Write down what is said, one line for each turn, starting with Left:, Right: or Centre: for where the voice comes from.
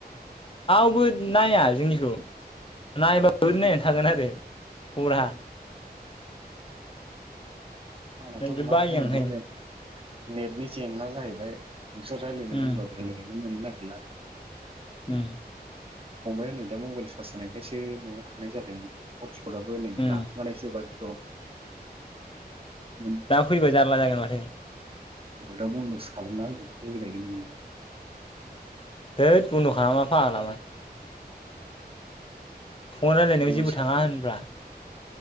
Left: <unintelligible> बो नाया जोंनिखौ <unintelligible>
Right: औ आंनाथ'
Left: नोगोद
Right: मा
Left: बायो
Right: होननो
Left: आं ओंखायनो
Right: नेटनि जेंना जाहैबाय नोंसोर रायलायनो
Left: उम
Right: होनबाबो रायलायनोनो मोननो नागिरला
Left: उम
Right: फंबाया नै दा मबाइल चार्ज जानायखासो न'आव थानाय जादों <unintelligible> फदाबो नै
Left: उम
Right: लाखुमानायसो <unintelligible> <unintelligible> औ
Left: दा फैबा जारला जागोन माथो
Right: दा बन्द'सो खालामना होगोन होलायगोन बि
Left: <unintelligible> फन
Right: <unintelligible>
Left: रायलायनायाव
Right: थाल
Left: जेबो थाङा होनब्रा